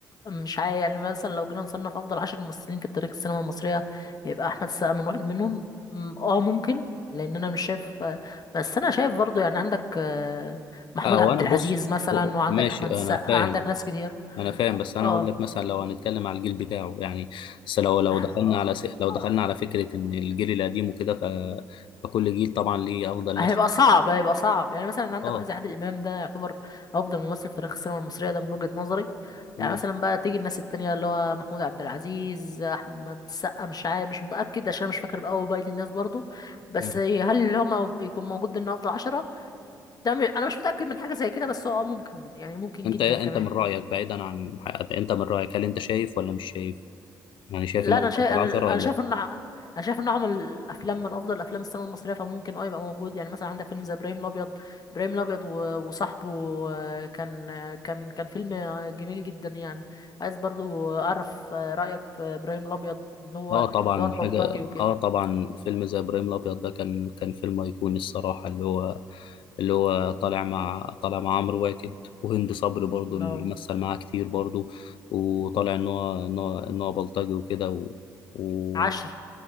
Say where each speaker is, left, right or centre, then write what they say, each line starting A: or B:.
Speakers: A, on the left (about 40°); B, on the left (about 55°).
A: مش عارف يعني مثلا لو جينا نصنف أفضل عشر ممثلين في التاريخ السينما المصرية يبقى أحمد السقا من واحد منهم م- اه ممكن لأن أنا مش شايف آه، بس أنا شايف برضو يعني عندك آه، محمود
B: اه
A: عبد
B: وانا
A: العزيز
B: بص
A: مثلا وعندك
B: ماشي
A: أحمد السقا
B: انا فاهم
A: عندك ناس كتير
B: انا فاهم
A: اه
B: بس انا
A: آه،
B: اقول لك مثلا لو هنتكلم على الجيل بتاعه يعني بس لو لو
A: آه،
B: دخلنا على س... لو
A: آه،
B: دخلنا على فكرة ان الجيل القديم وكده ف... فكل جيل طبعا ليه افضل
A: هيبقى
B: ناس
A: صعب هيبقى صعب يعني مثلا عندك
B: اه
A: واحد زي عادل امام ده يعتبر افضل ممثل في تاريخ السينما المصريه ده من وجهه نظري
B: مم.
A: يعني مثلا بقى تيجي الناس التانية اللي هو محمود عبد العزيز احمد السقا مش عارف مش متاكد عشان مش فاكر بقى بقيه الناس برضو بس
B: مم.
A: هل اللي هم يكون موجود ضمن افضل عشرة ده م- انا مش متاكد من حاجه زي كده بس هو آه ممكن يعني ممكن
B: انت
A: جدا
B: انت
A: كمان
B: من رايك بعيدا عن حقيقة، انت من رايك هل انت شايف ولا مش شايف يعني شايف
A: لا
B: ان هو
A: انا
B: من
A: شايف
B: افضل
A: انا
B: عشرة
A: انا
B: ولا
A: شايف ان ع- انا شايف انه عمل افلام من افضل افلام السينما المصريه فممكن اه يبقى موجود يعني مثلا عندك فيلم زي ابراهيم الابيض ابراهيم الابيض و- وصاحبه آه، كان آه، كان كان فيلم آه، جميل جدا يعني عايز برضو اعرف آه، رايك في ابراهيم الابيض اللي هو
B: اه
A: اللي
B: طبعا
A: هو البلطجي
B: حاجه
A: وكده
B: اه طبعا فيلم زي ابراهيم الابيض ده كان كان فيلم ايقوني الصراحه اللي هو اللي هو طالع مع طالع مع عمرو واكد وهند صبري برضو
A: لا
B: اللي مثل معاه كتير برضو وطالع ان هو ان هو ان هو بلطجي وكده و... و...
A: عشري